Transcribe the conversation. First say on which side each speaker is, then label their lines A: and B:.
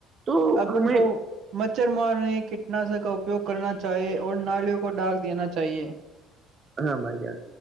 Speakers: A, on the right; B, on the right.
A: تو
B: ا ان
A: ہمیں
B: کو مچھر مارنے کے ناسر کا اپیوگ کرنا چاہیے اور نالیوں کو ڈاک دینا چاہیے
A: ہاں بھائی جان